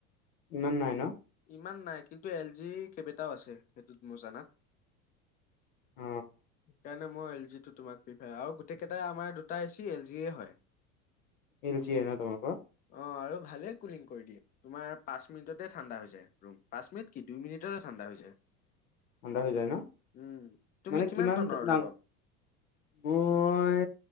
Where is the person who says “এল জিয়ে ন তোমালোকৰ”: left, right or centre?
Left